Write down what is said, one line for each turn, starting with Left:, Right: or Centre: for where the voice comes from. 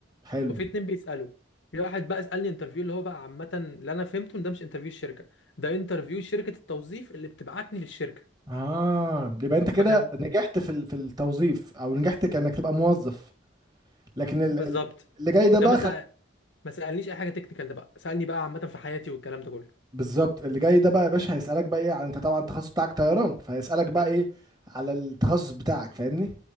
Right: حلو
Left: وفي اتنين بيسالوا في واحد بقى سالني انترفيو اللي هو بقى عامه اللي انا فهمته ان ده مش انترفيو الشركه ده انترفيو شركه التوظيف اللي بتبعتني للشركه
Right: اه يبقى انت كده
Left: فكان
Right: نجحت في ال- في التوظيف او نجحت كأنك تبقى موظف لكن ال-
Left: بالظبط
Right: ال- اللي جاي ده بقى
Left: ده ما سأل ما سالنيش اي حاجه تكنيكال ده بقى سالني بقى عامه في حياتي والكلام ده كله
Right: بالظبط اللي جاي ده بقى يا باشا هيسألك بقى ايه على انت طبعا التخصص بتاعك طيران فهيسألك بقى ايه على التخصص بتاعك فاهمني